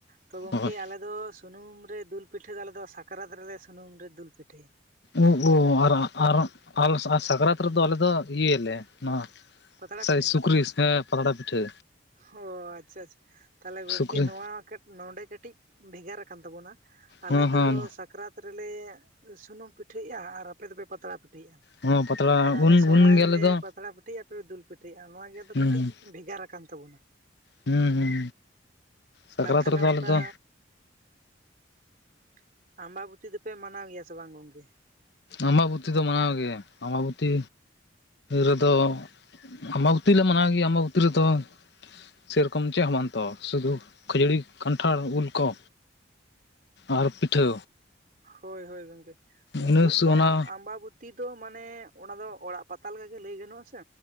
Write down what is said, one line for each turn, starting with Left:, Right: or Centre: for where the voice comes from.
Right: ᱛᱚ ᱜᱚᱝᱠᱮ
Left: ᱦᱳᱭ
Right: ᱟᱞᱮ ᱫᱚ ᱥᱩᱱᱩᱢ ᱨᱮ ᱫᱩᱞᱼᱼ ᱯᱤᱴᱷᱟᱹ ᱫᱚ ᱟᱞᱮᱫᱚ ᱥᱟᱠᱨᱟᱛ ᱨᱮᱞᱮ ᱥᱩᱱᱩᱢ ᱨᱮ ᱫᱩᱞ ᱯᱤᱴᱷᱟᱹᱭᱟ᱾
Left: ᱳ ᱦᱳ ᱟᱨ ᱟᱨ ᱟᱞ ᱥᱟᱠᱨᱟᱛ ᱨᱮ ᱫᱚ ᱟᱞᱮ ᱫᱚ ᱤᱭᱟᱹᱭᱟᱞᱮ ᱱᱚᱣᱟ᱾
Right: ᱯᱟᱛᱲᱟ
Left: ᱥᱟᱭ
Right: ᱯᱤᱴᱷᱟᱹ
Left: ᱥᱩᱠᱨᱤᱥ ᱦᱮᱸ ᱯᱟᱛᱲᱟ ᱯᱤᱴᱷᱟᱹ
Right: ᱦᱚᱻ ᱟᱪᱪᱷᱟ ᱟᱪᱪᱷᱟ ᱛᱟᱦᱚᱞᱮ
Left: ᱥᱩᱠᱨᱤ
Right: ᱜᱚᱝᱠᱮ ᱱᱚᱣᱟ ᱠᱟᱹ ᱱᱚᱸᱰᱮ ᱠᱟᱹᱴᱤᱡ ᱵᱷᱮᱜᱟᱨ ᱟᱠᱟᱱ ᱛᱟᱵᱚᱱᱟ᱾ ᱟᱞᱮ
Left: ᱦᱮᱸ ᱦᱮᱸ
Right: ᱫᱚ ᱥᱟᱠᱨᱟᱛ ᱨᱮᱞᱮ ᱥᱩᱱᱩᱢ ᱯᱤᱴᱷᱟᱹᱭᱟ ᱟᱨ ᱟᱯᱮ ᱫᱚᱯᱮ ᱯᱟᱛᱲᱟ ᱯᱤᱴᱷᱼᱼ
Left: ᱦᱮᱸ
Right: <unintelligible>
Left: ᱯᱟᱛᱲᱟ
Right: ᱟᱨ
Left: ᱩᱱ
Right: ᱟᱞᱮ
Left: ᱩᱱᱜᱮ
Right: ᱥᱚᱦᱨᱟᱭ
Left: ᱟᱞᱮ
Right: ᱨᱮᱞᱮ
Left: ᱫᱚ
Right: ᱯᱟᱛᱲᱟ ᱯᱤᱴᱷᱟᱹᱭᱟ᱾ ᱯᱮ ᱫᱩᱞ ᱯᱤᱴᱷᱟᱹᱭᱮᱜ ᱟᱢ ᱱᱚᱣᱟ ᱜᱮ ᱫᱚ ᱠᱟᱹᱴᱤᱡ
Left: ᱦᱩᱸ
Right: ᱵᱷᱮᱜᱟᱨ ᱟᱠᱟᱱ ᱛᱟᱵᱚᱱᱟ᱾
Left: ᱦᱩᱸ ᱦᱩᱸ ᱥᱟᱠᱨᱟᱛ
Right: ᱟᱨ ᱛᱟᱦᱞᱮ
Left: ᱨᱮᱫᱚ
Right: ᱚᱱᱠᱟ,
Left: ᱟᱞᱮ ᱫᱚ
Right: <inaudible> ᱟᱢᱵᱟᱵᱚᱛᱤ ᱫᱚᱯᱮ ᱢᱟᱱᱟᱣ ᱜᱮᱭᱟ ᱥᱮ ᱵᱟᱝ ᱜᱚᱝᱠᱮ?
Left: ᱟᱢᱵᱟᱵᱩᱛᱤ ᱫᱚ ᱢᱟᱱᱟᱣ ᱜᱮ ᱟᱢᱵᱟᱵᱩᱛᱤ ᱨᱮᱫᱚ ᱟᱢᱵᱟᱵᱚᱛᱤ ᱞᱮ ᱢᱟᱱᱟᱣ ᱜᱮᱭᱟ ᱟᱢᱵᱟᱵᱚᱛᱤ ᱨᱮᱫᱚ ᱥᱮᱨᱚᱠᱚᱢ ᱪᱮᱫ ᱦᱚᱸ ᱵᱟᱝ ᱛᱚ ᱥᱩᱫᱩ ᱠᱷᱟᱹᱡᱟᱹᱲᱤ ᱠᱟᱱᱴᱷᱟᱲ ᱩᱞ ᱠᱚ᱾ ᱟᱨ ᱯᱤᱴᱷᱟᱹ,
Right: ᱦᱳᱭ ᱦᱳᱭ ᱜᱚᱝᱠᱮ, ᱩᱱ
Left: ᱤᱱᱟᱹ
Right: ᱞᱚᱜᱷ
Left: ᱥᱩ
Right: ᱫᱚ
Left: ᱚᱱᱟ
Right: ᱟᱢᱵᱟᱵᱩᱛᱼᱼ ᱛᱤ ᱛᱚ ᱢᱟᱱᱮ ᱚᱱᱟ ᱫᱚ ᱚᱲᱟᱜ ᱯᱟᱛᱟ ᱞᱮᱠᱟ ᱜᱮ ᱞᱟᱹᱭ ᱜᱟᱱᱚᱜᱼᱟ ᱥᱮ᱾